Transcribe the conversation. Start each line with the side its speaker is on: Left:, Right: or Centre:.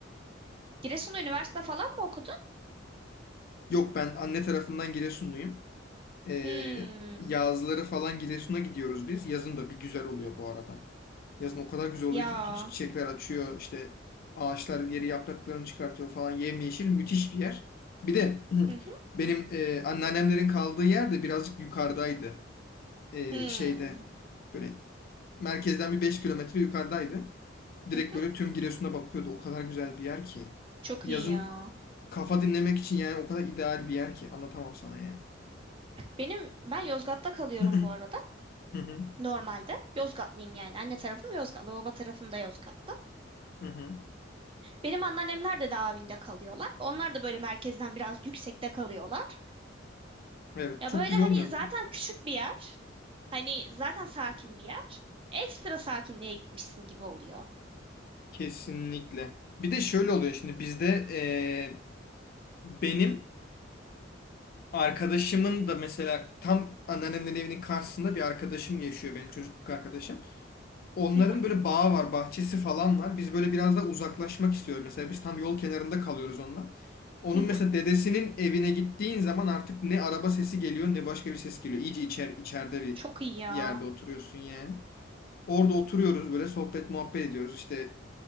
Right: Giresun'da üniversite falan mı okudun?
Left: Yok ben anne tarafından Giresunluyum. Ee,
Right: Hmm.
Left: yazları falan Giresun'a gidiyoruz biz. Yazın da bir güzel oluyor bu arada. Yazın o kadar güzel oluyor
Right: Ya.
Left: ki bütün çiçekler açıyor. işte ağaçlar geri yapraklarını çıkartıyor falan. Yemyeşil müthiş bir yer. Bir de <clears throat>
Right: Hı hı.
Left: benim e, anneannemlerin kaldığı yer de birazcık yukarıdaydı. E,
Right: Hmm.
Left: şeyde böyle merkezden bir 5 kilometre yukarıdaydı. Direkt
Right: Hı hı.
Left: böyle tüm Giresun'a bakıyordu. O kadar güzel bir yer ki.
Right: Çok
Left: Yazın
Right: iyi ya.
Left: kafa dinlemek için yani o kadar ideal bir yer ki. Anlatamam sana yani.
Right: Benim ben Yozgat'ta kalıyorum
Left: <clears throat>
Right: bu arada.
Left: Hı hı,
Right: Normalde Yozgatlıyım yani. Anne tarafım Yozgatlı, baba tarafım da Yozgatlı.
Left: hı hı.
Right: Benim anneannemler de Davin'de kalıyorlar. Onlar da böyle merkezden biraz yüksekte kalıyorlar.
Left: Evet,
Right: Ya
Left: çok
Right: böyle
Left: güzel
Right: hani
Left: olmuyor mu?
Right: zaten küçük bir yer. Hani zaten sakin bir yer. Ekstra sakinliğe gitmişsin gibi oluyor.
Left: Kesinlikle. Bir de şöyle oluyor şimdi bizde eee, benim arkadaşımın da mesela tam anneannemin evinin karşısında bir arkadaşım yaşıyor benim çocukluk arkadaşım. Onların
Right: Hı hı,
Left: böyle bağı var, bahçesi falan var. Biz böyle biraz da uzaklaşmak istiyoruz. Mesela biz tam yol kenarında kalıyoruz onunla. Onun
Right: hı hı.
Left: mesela dedesinin evine gittiğin zaman artık ne araba sesi geliyor ne başka bir ses geliyor. İyice içer, içeride bir
Right: Çok iyi ya.
Left: yerde oturuyorsun yani. Orada oturuyoruz böyle sohbet muhabbet ediyoruz. İşte